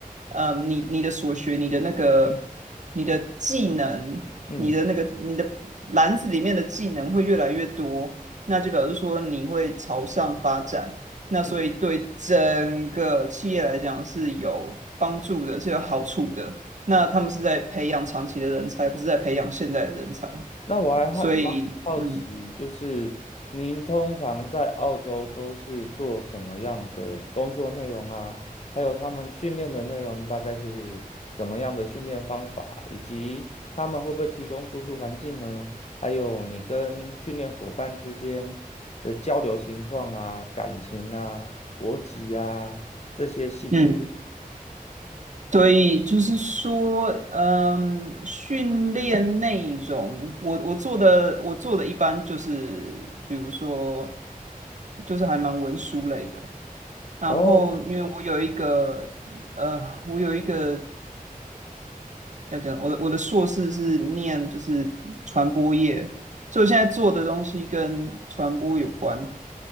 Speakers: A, on the right; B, on the left.
A: 嗯，你你的所学、你的那个、你的技能、
B: 嗯
A: 你的那个、你的篮子里面的技能会越来越多，那就表示说你会朝上发展。那所以对整个企业来讲是有帮助的，
B: 嗯
A: 是有好处的。那他们是在培养长期的人才，不是在培养现在的人才。
B: 那我还好蛮好奇，
A: 所以，嗯
B: 就是您通常在澳洲都是做什么样的工作内容啊？还有他们训练的内容大概是什么样的训练方法，以及他们会不会提供住宿环境呢？还有你跟训练伙伴之间的交流情况啊、感情啊、国籍啊这些细节。
A: 嗯，所以就是说，嗯，训练内容，我我做的我做的一般就是，比如说，就是还蛮文书类的。然后，
B: 哦，
A: 因为我有一个，呃，我有一个要讲，我的我的硕士是念就是传播业，所以我现在做的东西跟传播有关。